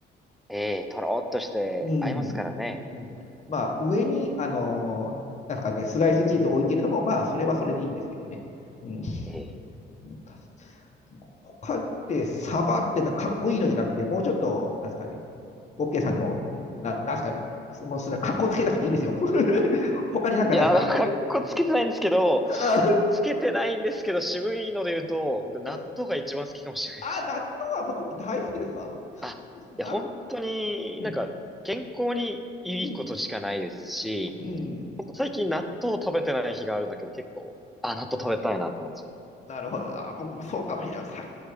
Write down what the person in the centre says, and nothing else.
に。ええとろーっとして合いますからね。
ええ
いや、かっこつけてないんですけど、
つけてないんですけど、渋いので言うと、僕、納豆が一番好きかもしれないですね。
あ、
いや、本当になんか、
健康にいいことしかないですし、
ほんと最近納豆を食べてない日があるだけで結構、あ、納豆食べたいなってなっちゃう。